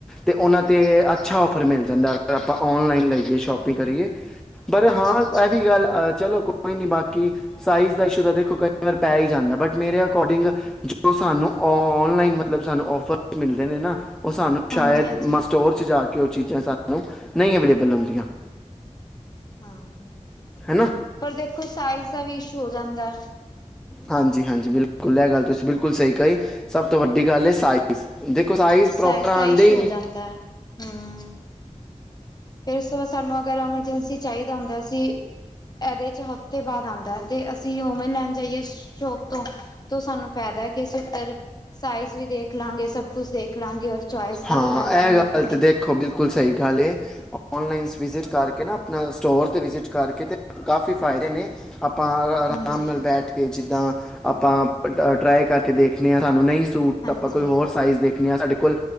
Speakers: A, in the centre; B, on the left (about 30°).
A: ਤੇ ਓਨਾਂ ਤੇ ਅੱਛਾ ਔਫਰ ਮਿਲ ਜਾਂਦਾ ਅਗਰ ਆਪਾਂ ਔਨਲਾਈਨ ਲਈਏ ਸ਼ੋਪਿੰਗ ਕਰੀਏ। ਪਰ
B: ਅੱਛਾ
A: ਹਾਂ
B: ਅੱਛਾ
A: ਐ ਵੀ ਗੱਲ ਅ ਚੱਲੋ ਕੋਈ ਨੀ ਬਾਕੀ ਸਾਈਜ਼ ਦਾ ਇਸ਼ੂ ਤਾਂ ਦੇਖੋ ਪੈ ਈ ਜਾਂਦਾ ਬਟ ਮੇਰੇ ਅਕੋਰਡਿੰਗ ਜੋ ਸਾਨੂੰ ਔਨਲਾਈਨ ਮਤਲਬ ਸਾਨੂੰ ਔਫਰ ਮਿਲਦੇ ਨੇ ਨਾ, ਓ ਸਾਨੂੰ
B: ਹਾਂਜੀ
A: ਸ਼ਾਇਦ
B: ਹਾਂਜੀ
A: ਮੈ ਸਟੋਰ 'ਚ ਜਾ ਕੇ ਓ ਚੀਜ਼ਾ ਸਾਨੂੰ ਨਈ ਅਵੇਲੇਬਲ ਹੁੰਦੀਆ।
B: ਹਾਂ
A: ਹੈਨਾ
B: ਪਰ ਦੇਖੋ ਸਾਈਜ਼ ਦਾ ਵੀ ਇਸ਼ੂ ਹੋ ਜਾਂਦੈ।
A: ਹਾਂਜੀ-ਹਾਂਜੀ ਬਿਲਕੁਲ, ਐ ਗੱਲ ਤੁਸੀ ਬਿਲਕੁਲ ਸਈ ਕਈ ਸਭ ਤੋ ਵੱਡੀ ਗੱਲ ਐ ਸਾਈਜ਼ ਜ਼ ਦੇਖੋ ਸਾਈਜ
B: ਸਾਈਜ਼
A: ਪ੍ਰੋਪਰ ਆਂਦੇ
B: ਦਾ ਇਸ਼ੂ
A: ਈ
B: ਹੋ
A: ਨਈ।
B: ਜਾਂਦਾ ਹੈ। ਹਮ ਫਿਰ ਉਸ ਤੋ ਬਾਦ ਸਾਨੂੰ ਅਗਰ ਐਮਰਜੈਂਸੀ ਚਾਈਦਾ ਹੁੰਦਾ ਅਸੀਂ ਐਦੇ 'ਚ ਹਫ ਤੇ ਬਾਦ ਆਂਦੈ। ਤੇ ਅਸੀ ਓਵੇਂ ਲੈਨ ਜਾਈਏ ਸ਼ੌਪ ਤੋਂ, ਤੋਂ ਓ ਸਾਨੂੰ ਫੈਦਾ ਐ ਕਿ ਅਸੀਂ ਓਧਰ ਸਾਈਜ਼ ਵੀ ਦੇਖ ਲਾਂਗੇ, ਸਭ ਕੁਝ ਦੇਖ ਲਾਂਗੇ ਔਰ ਚੋਇਸ ਦਾ
A: ਹਾਂ
B: ਵੀ ਲੈ ਲਾਂਗੇ
A: ਇਹ ਗੱਲ
B: ਅਪਨੀ।
A: ਤੇ ਦੇਖੋ ਬਿਲਕੁਲ ਸਈ ਗੱਲ ਏ। ਔਨਲਾਈਨ ਵਿਜਿਟ ਕਰਕੇ ਨਾ, ਅਪਨਾ ਸਟੋਰ ਤੇ ਵਿਜਿਟ ਕਰਕੇ ਤੇ ਕਾਫੀ ਫਾਇਦੇ ਨੇ। ਆਪਾ ਆਰਾਮ
B: ਹਾਂਜੀ
A: ਨਾਲ ਬੈਠ ਕੇ ਜਿੱਦਾ ਆਪਾ ਟਰਾਈ ਕਰਕੇ ਦੇਖਨੇ ਆਂ ਸਾਨੂੰ ਨਈ ਸੂਟ
B: ਹਾਂਜੀ
A: ਤੇ ਆਪਾਂ ਕੋਈ ਹੋਰ ਸਾਈਜ ਦੇਖਨੇ ਆਂ ਸਾਡੇ ਕੋਲ